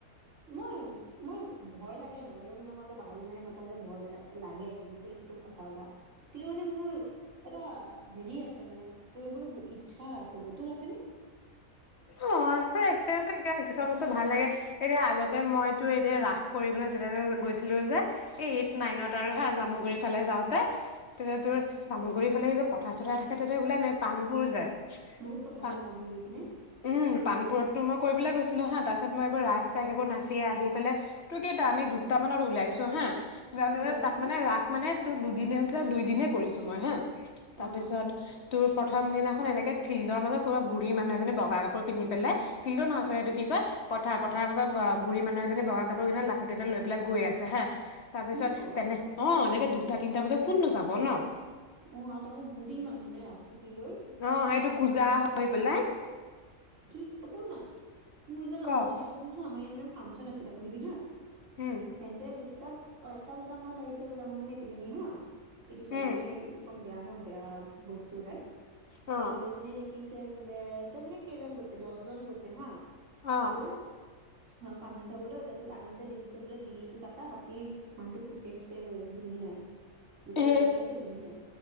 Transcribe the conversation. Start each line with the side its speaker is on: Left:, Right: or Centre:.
Right: মই, মই ভয় লাগে নালাগে বুলি নকওঁ যে বাহাদুৰি মাৰি নকওঁ যে ভয় নালাগে, লাগে কিন্তু সেইটো সঁচা কথা। কিন্তু মানে মোৰ এটা হেৰি আছে মানে কৰিবলৈ ব-ইচ্ছা আছে। তোৰ আছেনে?।
Left: অ কিছুমান বস্তু ভাল লাগে, এতিয়া আগতে মইতো এতিয়া ৰাস কৰিবলৈ যেতিয়া গৈছিলো যে, এই এইট নাইনত আৰু হা, জামুগুৰি ফালে যাওঁতে তেতিয়া তোৰ জামুগুৰীৰ ফালে এইটো পথাৰ-চথাৰ থাকে তেতিয়া বোলে নে-পামবোৰ যে
Right: বহুত পথাৰ
Left: পাণ
Right: ন জামুগুৰি পিনে?।
Left: উম, পামবোৰতটো মই কৰি পেলাই গৈছিলোঁ হাঁ, তাৰপিছত মই এইবোৰ ৰাস চাই সেইবোৰ নাচিয়ে আহি পেলাই তোৰ কেইটা আমি দুটামানত ওলাইছোঁ হাঁ। যাওঁতে
Right: ঘৰৰ
Left: মানে, তাত
Right: মানুহ
Left: মানে, ৰাস মানে তোৰ দুদিনে হৈছিলে আৰু দুই দিনে কৰিছো মই হা। তাৰপিছত
Right: অ
Left: তোৰ প্ৰথম দিনা এনেকে ফিল্ডৰ মাজত কোনোবা বুঢ়ী মানুহ এজনী বাউ বগা কাপোৰ পিন্ধি পেলাই ফিল্ডৰ নচৰাইটো কি কয়, পথাৰ-পথাৰ মাজত বা-বুঢ়ী মানুহ এজনী বগা কাপোৰ কেতেমান লাখূটি এটা লৈ পেলাই গৈ আছে হা। তাৰ পিছত,
Right: কি ক
Left: তেনে, অ', এনেকে দুটা তিনটা বজাত কোননো যাব ন।
Right: অ', আৰু তাকো বুঢ়ী মানুহ নে লাখুতি লৈ।
Left: অ', সেইটো কুজা হৈ পেলাই।
Right: কি, শুন না। - মোৰ সিদিনা
Left: ক
Right: লগজনীয়ে কৈছে হা, আমাৰ ইয়াৰ মান ফাংচন আছিলে, শুনিবি হা।
Left: উম,
Right: তেন্তে দুটাত অ এটা দুটা মৰত আহিছে বোলে মই মানে ইপিনে দি হা এইটো চাৰি
Left: উম,
Right: আমাৰ ইয়াত অকণ বেয়া ন বেয়া বস্তু ওলাই
Left: অ',
Right: ছোৱালীজনীয়ে দেখি শিকিছে বোলে এন্তে মানে কেইজন গৈছে দহজন গৈছে হা
Left: অ'।
Right: তোৰ অঁ ফাংচন চাবলৈ ত আহোতে দেখিছ বোলে ডিঙিতটো কা বাক মানুহজনৰ খোজকাঢ় গৈ আছে ডিঙি নাই গোটেই
Left: এ
Right: বৰ্ দি আছে ডিঙি নাই